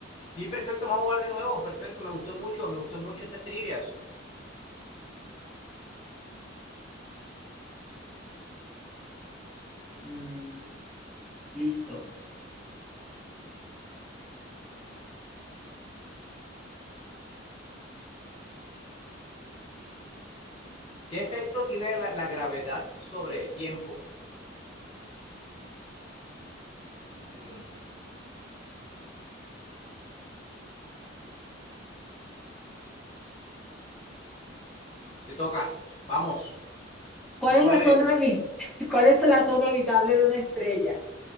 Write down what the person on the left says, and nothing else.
Sí, perfecto, vamos a jugar de nuevo, perfecto, me gustó mucho, me gustó mucho estas trivias.
¿Qué efecto tiene la, la gravedad sobre el tiempo? Mm, te toca, vamos,
tú
puedes.